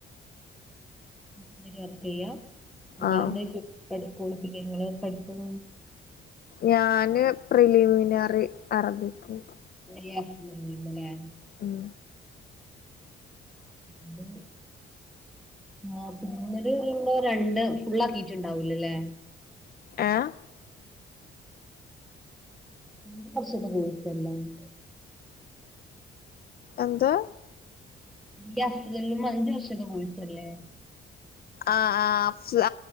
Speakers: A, in the centre; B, on the left.
A: ഉം വർക്കെയ്യാ ഇങ്ങളെന്തേ
B: ആഹ്
A: കുക് പഠി കോളിഫികേ ഇങ്ങള് പഠ്ചെൻ
B: ഞാന് പ്രിലിമിനറി അറബിക്ക്
A: <inaudible>
B: ഉം
A: മ്മ്മ് ആഹ് പിന്നൊരുള്ള രണ്ട് ഫുള്ളാ ക്കീട്ട്ണ്ടാവൂലല്ലേ
B: ഏഹ്
A: <unintelligible>
B: എന്താ
A: ഈ അഫ്ളലിന് അഞ്ചു വർഷത്തെ കോഴ്സല്ലേ
B: ആഹ് ആഹ് അഫ്ള്